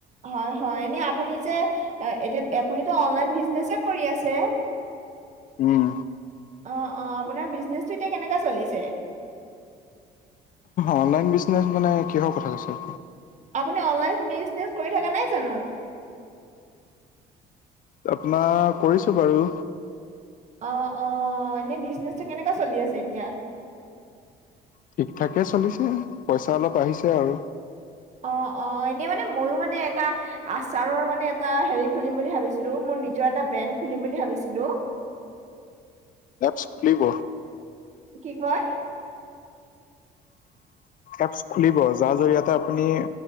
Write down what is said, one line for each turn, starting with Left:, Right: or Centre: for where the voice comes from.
Right: হয় হয়, এনেই আপুনি যে এতিয়া আপুনিটো অনলাইন বিছনেছে কৰি আছে। <inaudible>
Left: উম'।
Right: অঁ অঁ আপোনাৰ বিজনেচটো এতিয়া কেনেকা চলিছে?
Left: অনলাইন বিজনেচ মানে কিহৰ কথা কৈছে?
Right: আপুনি অনলাইন বিজনেচ কৰি থকা নাই জানো?
Left: আপোনাৰ কৰিছো বাৰু।
Right: অঁ অঁ এনেই বিজনেচটো কেনেকুৱা চলি আছে এতিয়া?
Left: ঠিক ঠাকে চলিছে, পইচা অলপ আহিছে আৰু।
Right: অঁ অঁ এনেই মানে ময়ো মানে এটা- আচাৰৰ মানে এটা হেৰি খুলিম বুলি ভাবিছিলো মোৰ নিজৰ এটা ব্ৰেণ্ড খুলিম বুলি ভাবিছিলো।
Left: এপছ খুলিব।
Right: কি কয়?
Left: এপছ খুলিব, যাৰ জৰিয়তে আপুনি-